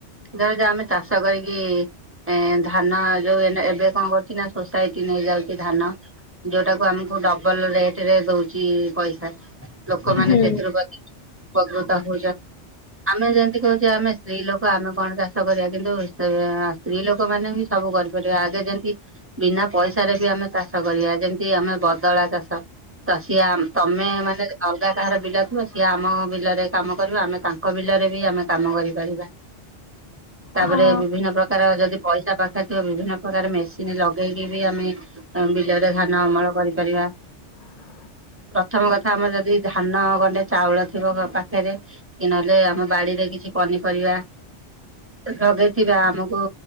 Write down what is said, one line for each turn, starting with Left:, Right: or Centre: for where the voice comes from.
Right: ଧର ଯେ ଆମେ ଚାଷ କରିକି ଏ ଧାନ ଯୋଉ ଏବେ କଣ କରୁଛି ନା ସୋସାଇଟି ନେଇଯାଉଛି ଧାନ ଯୋଉଟାକୁ ଆମେ ଡବଲ ରେଟ ରେ ଦଉଛି ପଇସା ଲୋକମାନେ
Left: ହୁଁ
Right: ସେଥିରୁ ବା ଉପକୃତ ହଉଛନ୍ତି ଆମେ ଯେମତି କହୁଛେ ଆମେ ସ୍ତ୍ରୀ ଲୋକ ଆମେ କଣ ଚାଷ କରିବା କିନ୍ତୁ ସେ ସ୍ତ୍ରୀ ଲୋକ ଲୋକମାନେ ବି ସବୁ କରିପାରିବେ ଆଗେ ଯେମତି ବିନା ପଇସାରେ ବି ଆମେ ଚାଷ କରିବା ଯେମତି ଆମେ ବଦଳା ଚାଷ ତ ସିଏ ତମେ ମାନେ ଅଲଗା କାହାର ବିଲ ଥିବ ସିଏ ଆମ ବିଲରେ କାମ କରିବ ଆମେ ତାଙ୍କ ବିଲରେ ବି ଆମେ କାମ କରିପାରିବା। ତାପରେ
Left: ହଁ
Right: ବିଭିନ୍ନ ପ୍ରକାର ଯ ଯଦି ପଇସା ପାଖରେ ଥିବା ବିଭିନ୍ନ ପ୍ରକାର ମେସିନ ଲଗେଇକି ବି ଆମେ ବିଲରେ ଧାନ ଅମଳ କରିପାରିବା।
Left: ହୁଁ।
Right: ପ୍ରଥମ କଥା ଆମର ଯଦି ଧାନ ଗଣ୍ଡେ ଚାଉଳ ଥିବ ପାଖରେ କି ନହେଲେ ଆମ ବାଡିରେ କିଛି ପନିପରିବା ଲଗେଇଥିବା ଆମକୁ